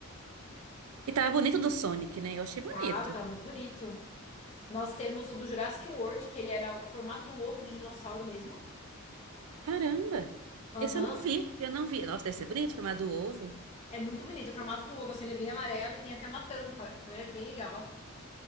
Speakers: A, on the right; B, on the left.
A: E tava bonito do Sonic, né? Eu achei bonito.
B: Tava, tava muito bonito. Nós temos o do Jurassic World, que ele era o formato de um ovo de dinossauro mesmo.
A: Caramba!
B: Aham.
A: Esse eu não vi, eu não vi. Nossa, deve ser bonito, formado ovo.
B: É muito bonito. O formato do ovo, assim, ele é bem amarelo e tem até uma tampa. Então ele é bem legal.